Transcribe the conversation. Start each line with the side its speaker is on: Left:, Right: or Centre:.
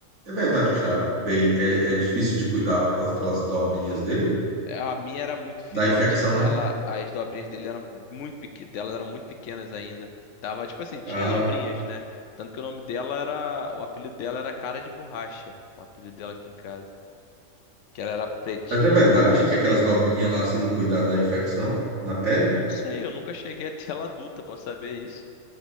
Right: É verdade que o Shapei é, é difícil de cuidar por causa daquelas dobrinhas dele?
Left: É, A minha era muito filhote.
Right: Da infecção,
Left: Ela,
Right: né?
Left: as dobrinhas dele eram muito pequ... delas eram muito pequenas ainda. Tava, tipo assim, tinha
Right: Ah,
Left: dobrinhas, né? Tanto que o nome dela era. O apelido dela era Cara de Borracha. O apelido dela aqui em casa. Que ela era pretinha,
Right: mas é verdade
Left: toda pretinha.
Right: que aquelas dobrinhas lá, se não cuidar da infecção na pele?
Left: Não sei, eu nunca cheguei até ela adulta pra saber isso.